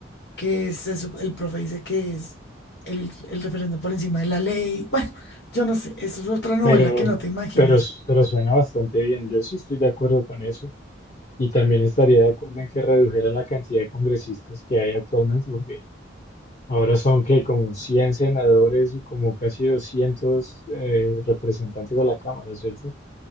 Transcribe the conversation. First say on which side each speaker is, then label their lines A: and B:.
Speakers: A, on the left; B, on the left.
A: que es eso, el profe dice que es el, el referendo por encima de la ley. Bueno, yo no sé, eso es otra novela
B: pero,
A: que no te imaginas.
B: pero, pero suena bastante bien. Yo sí estoy de acuerdo con eso. Y también estaría de acuerdo en que redujeran la cantidad de congresistas que hay actualmente, porque Ahora son que como 100 senadores y como casi 200 eh, representantes de la Cámara, ¿cierto?